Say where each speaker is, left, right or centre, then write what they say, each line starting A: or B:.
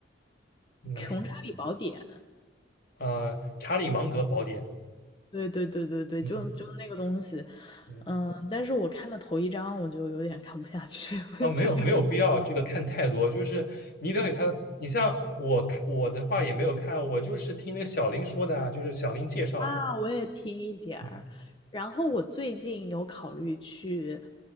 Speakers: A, on the left (about 55°); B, on the left (about 25°).
A: 嗯那什么，
B: 穷查理宝典》？
A: 呃，查理芒格宝典，
B: 对对对对对，
A: 嗯
B: 就就那个东西，
A: 嗯。
B: 嗯，但是我看了头一章，我就有点看不下去，<laughs> 我就想要
A: 哦，没有没有必要这个看太多，就是你了解他的你像我看我的话也没有看，我就是听那个小林说的啊，就是小林介绍。
B: 啊，我也听一点儿。
A: 嗯
B: 然后我最近有考虑去，